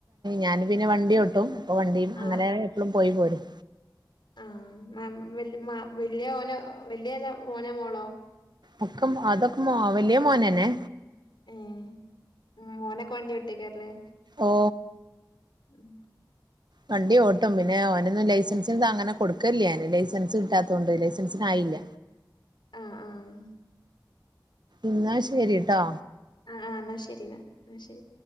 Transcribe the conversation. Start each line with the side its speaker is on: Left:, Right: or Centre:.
Right: ഞാൻ പിന്നെ വണ്ടി ഓട്ടും അപ്പൊ വണ്ടിയും
Left: ആഹ്
Right: അങ്ങനെ എപ്പോഴും പോയി പോരും
Left: ആഹ് വല്യ മോനോ വല്യതാ മോനോ മോളോ
Right: ഒക്കെ അതൊക്കെ മോ വല്യത് മോനന്നെ
Left: ഉം മഓനൊക്കെ വണ്ടി ഓട്ടിക്കല്ലേ
Right: ഓ
Left: ഉം
Right: വണ്ടി ഓട്ടും പിന്നെ ഓനൊന്നും ലൈസൻസിന് അങ്ങനെ കൊടുക്കല്ല ന് ലൈസൻസ് കിട്ടാത്തത് കൊണ്ട് ലൈസൻസി ഇല്ല
Left: ആഹ് ആഹ്
Right: എന്നാ ശരിട്ടോ
Left: ആഹ് ആ എന്നാ ശരി എന്നാ എന്ന ശരി